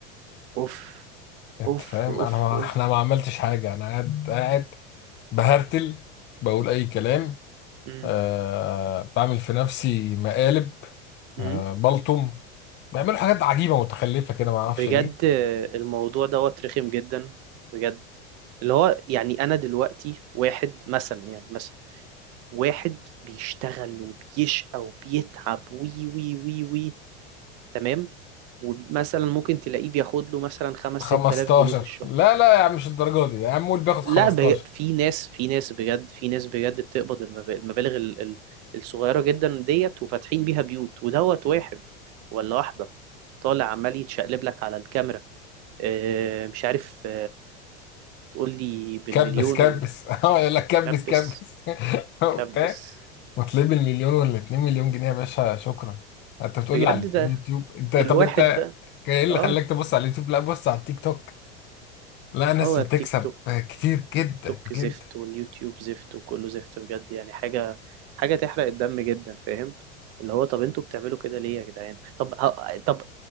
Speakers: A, on the right (about 50°); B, on the left (about 35°).
A: أوف
B: انت
A: أوف
B: فاهم
A: أوف
B: انا ما
A: أوف
B: احنا ما عملتش حاجه انا قاعد قاعد بهرتل بقول اي كلام
A: م?
B: آه بعمل في نفسي مقالب
A: م?
B: آه بلطم بيعملوا حاجات عجيبه متخلفه كده ما اعرفش
A: بجد
B: ايه
A: الموضوع دوت رخم جدا بجد اللي هو يعني انا دلوقتي واحد مثلا يعني مثلا واحد بيشتغل وبيشقى وبيتعب وي وي وي وي تمام ومثلا ممكن تلاقيه بياخد له مثلا خمس
B: 15
A: ست آلاف جنيه في الشهر
B: لا لا يا عم مش الدرجه دي يا عم قول بياخد
A: لا
B: 15
A: بج... في ناس في ناس بجد في ناس بجد بتقبض المب- المبالغ ال... ال... الصغيرة جدا ديت وفاتحين بيها بيوت ودوت واحد ولا واحدة طالع عمال يتشقلب لك على الكاميرا آه، مش عارف تقول لي بالمليون
B: كبس كبس <laughs> اه يقول لك كبس
A: وكبس
B: كبس <laughs> وبتاع
A: كبس
B: وتلاقيه بالمليون ولا 2 مليون جنيه يا باشا شكرا انت بتقول
A: بجد
B: لي على
A: ده
B: اليوتيوب انت طب
A: الواحد
B: انت
A: بقى
B: ايه اللي
A: اه
B: خلاك تبص على اليوتيوب لا بص على التيك توك لا ناس
A: هو
B: بتكسب
A: التيك توك
B: كتير جدا
A: تيك توك زفت
B: جدا
A: واليوتيوب زفت وكله زفت بجد يعني حاجة حاجة تحرق الدم جدا فاهم اللي هو طب انتوا بتعملوا كده ليه يا جدعان طب ه- طب